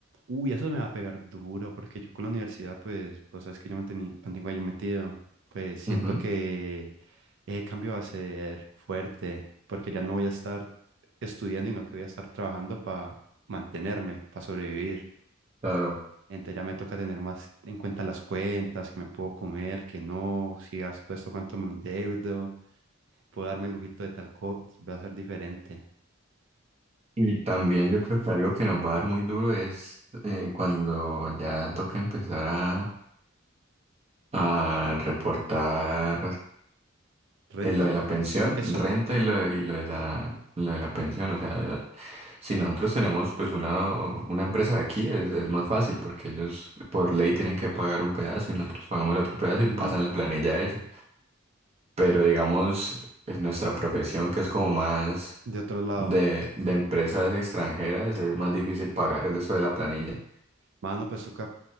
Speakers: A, on the right (about 65°); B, on the right (about 30°).
A: Uy, eso me va a pegar duro, porque yo con la universidad, pues, pues sabes que yo me teni- mantengo allí metido. Pues siento
B: Ujú.
A: que ese cambio va a ser fuerte, porque ya no voy a estar estudiando, y no que voy a estar trabajando para mantenerme, para sobrevivir.
B: Claro.
A: Entonces ya me toca tener más en cuenta las cuentas, que me puedo comer, que no, si gasto esto, cuánto me endeudo, puedo darme el lujito de tal cosa, va a ser diferente.
B: Y también yo creo que algo que nos va a dar muy duro es eh, cuando ya toca empezar a, a reportar
A: ¿Renta?
B: eh, lo de la pensión,
A: Eso.
B: renta
A: pe-
B: y lo, y lo de la, lo de la pensión. O sea, si nosotros tenemos pues una, una empresa aquí es, es más fácil porque ellos por ley tienen que pagar un pedazo y nosotros pagamos el otro pedazo
A: ujú.
B: y pasan la planilla a ellos. Pero digamos, en nuestra profesión que es como más
A: De otro lado.
B: de, de empresas extranjeras es más difícil pagar el eso de la planilla.
A: Mano, pues toca,